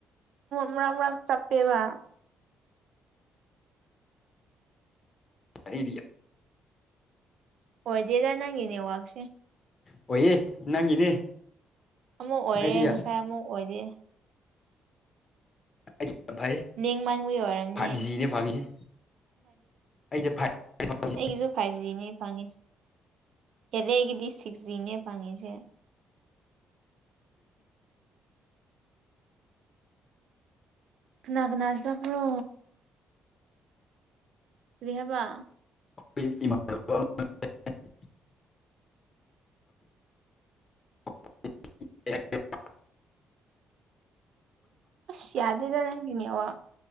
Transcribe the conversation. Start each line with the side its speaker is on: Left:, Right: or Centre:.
Right: ꯃꯔ ꯃꯔꯥ ꯆꯞꯄꯦꯕ
Left: ꯔꯤꯌꯥ
Right: ꯍꯣꯏꯗꯦꯗ ꯅꯪꯅꯦ ꯋꯥꯥꯛꯁꯦ
Left: ꯑꯣꯏꯌꯦ ꯅꯪꯒꯤꯅꯦ
Right: ꯑꯃꯨꯛ ꯑꯣꯏꯔꯦ
Left: ꯑꯩꯗꯤ
Right: ꯉꯁꯥꯏ ꯑꯃꯨꯛ ꯑꯣꯏꯗꯦ
Left: ꯑꯩꯗꯤ ꯌꯥꯝ ꯐꯩ
Right: ꯅꯦꯡ ꯃꯥꯡꯕꯨ ꯌꯧꯔꯝꯅꯦ
Left: ꯐꯥꯏꯚ ꯖꯤꯅꯦ ꯐꯪꯉꯤꯁꯦ ꯑꯩꯁꯦ ꯐꯥꯏꯚ
Right: ꯑꯩꯒꯤꯁꯨ ꯐꯥꯏꯚ ꯖꯤꯅꯦ ꯄꯥꯡꯉꯤꯁꯦ ꯌꯥꯗꯦ ꯑꯩꯒꯤꯗꯤ ꯁꯤꯛꯁ ꯖꯤꯅꯦ ꯐꯥꯡꯉꯤꯁꯦ ꯀꯅꯥ ꯀꯅꯥ ꯆꯕ꯭ꯔꯣ ꯔꯤꯍꯥꯏꯕꯥ
Left: <unintelligible> <unintelligible>
Right: ꯑꯁ ꯌꯥꯗꯦꯗꯅꯒꯤ ꯅꯦꯇ ꯋꯥꯛ